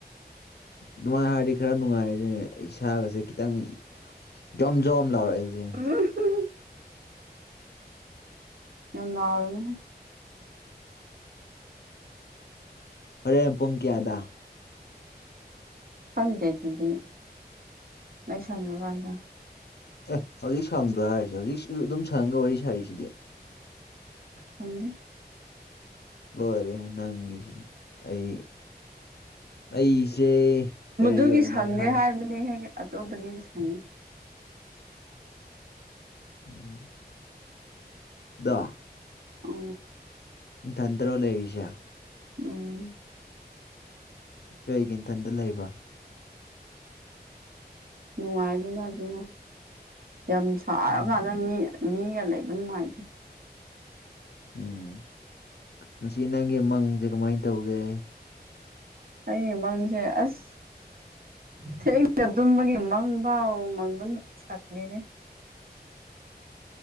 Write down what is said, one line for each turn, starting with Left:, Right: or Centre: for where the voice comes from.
Left: ꯑꯗꯨꯃꯥꯏ ꯍꯥꯏꯔꯗꯤ ꯈꯔ ꯅꯨꯡꯉꯥꯏꯔ‌ꯦ ꯏꯁꯥꯒꯁꯦ ꯈꯤꯇꯪ ꯖꯣꯝ ꯖꯣꯝ ꯂꯥꯎꯔꯛꯑꯦ ꯖꯤꯅ‌ꯦ
Right: <unintelligible> ꯅ‌ꯪ ꯉꯥꯎꯔꯕꯍ‌ꯦ
Left: ꯍꯣꯔꯦꯟ ꯄꯨꯡ ꯀꯌꯥꯗ
Right: ꯈꯪꯗꯦ ꯑꯗꯨꯗꯤ ꯑꯩ ꯁꯪꯉꯀꯥꯟꯗꯥ
Left: ꯑꯦ ꯍꯧꯖꯤꯛ ꯁꯪꯗ꯭ꯔꯣ ꯍꯥꯏꯔꯤꯁꯦ ꯍꯧꯖꯤꯛ ꯑꯗꯨꯝ ꯁꯪꯉꯒ ꯋꯥꯔꯤ ꯁꯥꯔꯤꯁꯤꯗꯤ
Right: ꯊꯝꯖꯩ
Left: ꯂꯣꯏꯔꯦ ꯅꯪꯒꯤꯁꯤꯗꯤ ꯑꯩ ꯑꯩꯁꯦ ꯀꯔꯤ
Right: ꯃꯗꯨꯒꯤ
Left: ꯑꯣꯏꯅ
Right: ꯁꯪꯗꯦ
Left: ꯍꯥꯏ
Right: ꯍꯥꯏꯕꯅꯤ ꯍꯦ ꯑꯇꯣꯞꯄꯗꯤ ꯁꯪꯉꯦ
Left: ꯎꯝ ꯗ
Right: ꯑ
Left: ꯅꯊꯟꯇꯔꯣ ꯂꯩꯔꯤꯁꯦ
Right: ꯎꯝ
Left: ꯀꯩꯒꯤ ꯅꯊꯟꯗ ꯂꯩꯕ
Right: ꯅꯨꯡꯉꯥꯏꯗꯅ ꯑꯗꯨꯅ ꯌꯥꯝ ꯁꯥꯔꯀꯥꯟꯗ
Left: ꯎꯝ
Right: ꯃꯤ ꯃꯤꯒ ꯂꯩꯕꯅꯨꯡꯉꯥꯏꯇ‌ꯦ
Left: ꯎꯝ ꯉꯁꯤ ꯅꯪꯒꯤ ꯃꯪꯖ‌ꯦ ꯀꯃꯥꯏꯟ ꯇꯧꯒꯦ
Right: ꯑꯩꯒꯤ ꯃꯪꯖ‌ꯦ ꯑꯁ ꯊꯦꯡꯅꯥ ꯇꯨꯝꯕꯒꯤ ꯃꯪꯕꯧ ꯃꯪꯕ ꯁꯪꯗ‌ꯦꯅꯦ